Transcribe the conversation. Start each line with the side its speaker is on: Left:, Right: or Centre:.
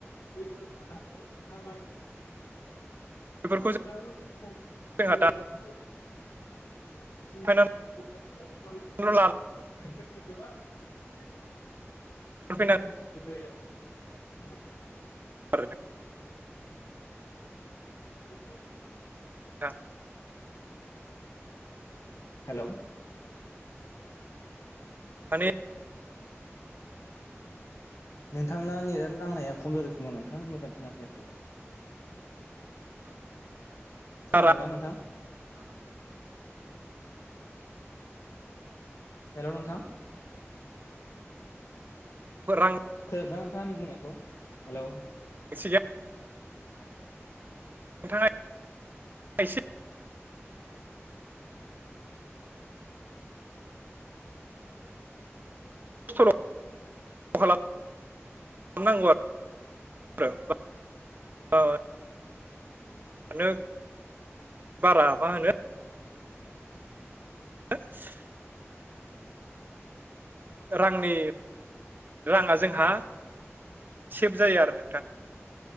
Left: बे बोरमा दानखौ दायनाय बेखौ
Right: बेफोरखौ
Left: अब्लााबबो सम सम
Right: जोंहा
Left: होबाय थानांगौ आरो हब्ला
Right: दानफायनानैल'
Left: बांसिन बे गैफो
Right: लानानै
Left: आरो गाय <unintelligible> सबा ग
Right: फैनांगौ
Left: गाय मजसिद <unintelligible>
Right: आरो
Left: बि
Right: औ
Left: हेलौ
Right: माने
Left: नोंथांना नेट नांनाया खम जादों खोमा नोंथां मोजां खोनाफैयाखै खोनादोंना
Right: बारा
Left: नोंथां? हेलौ नोंथां?
Right: रांनि
Left: खोनदों नोंथाङा? आंनि बुंनायखौ हेलौ
Right: एसि नोंथांङा एसे खस्थ खालामनांगौ आरो जोमबा औ बारा मा होनो ह <unintelligible> रांनि राङा जोंहा सेभ जायो आरो नोंथां।